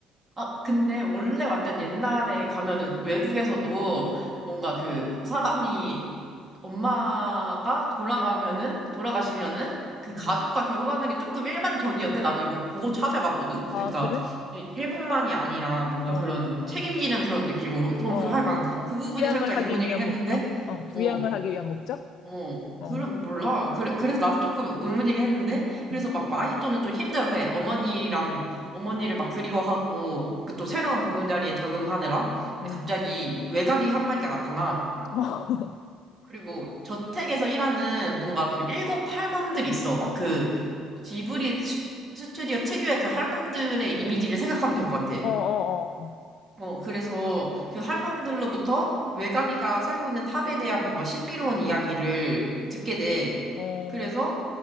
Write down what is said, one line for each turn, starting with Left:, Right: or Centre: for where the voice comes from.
Right: 아, 근데 원래 완전 옛날에 가면은 외국에서도 뭔가 그 사람이 엄마가 돌아가면은, 돌아가시면은 그
Left: 응.
Right: 가족과 결혼하는 게 조금 일반적이었대. 나도 이거 보고 찾아봤거든. 그러니까
Left: 아, 그래?
Right: 이- 일본만이 아니라 뭔가
Left: 어,
Right: 그런
Left: 어.
Right: 책임지는 그런 느낌으로. 그럼
Left: 어,
Right: 그
Left: 어,
Right: 하여간 그
Left: 어.
Right: 부분이
Left: 부양을
Right: 살짝
Left: 하기
Right: 의문이긴
Left: 위한
Right: 했는데,
Left: 목적? 어, 부양을
Right: 어,
Left: 하기 위한 목적?
Right: 어,
Left: 어,
Right: 그래, 몰라. 그래, 그래서 나도 조금 의문이긴 했는데, 그래서
Left: 음,
Right: 막 마히또는 좀 힘들어해. 어머니랑, 어머니를 막 그리워하고, 그 또 새로운 보금자리에 적응하느라. 근데
Left: 음.
Right: 갑자기 외가리 한 마리가 나타나.
Left: <laughs>
Right: 그리고 저택에서 일하는 뭔가 그 일곱 할멈들이 있어. 막 그, 지브리 스- 스튜디오 특유의 그 할멈들의 이미지를 생각하면 될 것 같아.
Left: 어, 어,
Right: 어, 그래서 그 할멈들로부터 외가리가 살고 있는 탑에 대한 뭔가 신비로운 이야기를 듣게 돼.
Left: 어,
Right: 그래서
Left: 어,